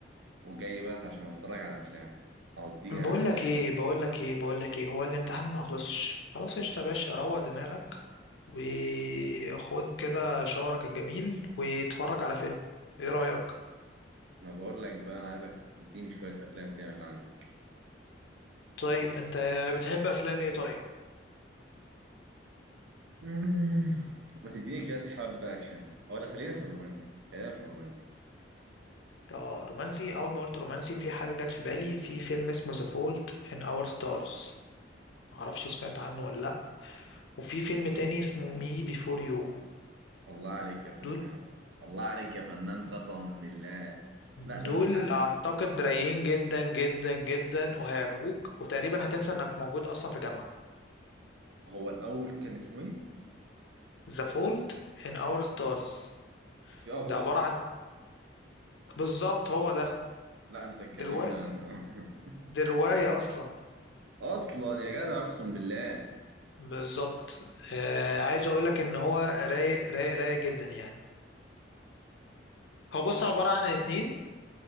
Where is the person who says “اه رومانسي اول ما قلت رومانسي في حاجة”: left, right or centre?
Left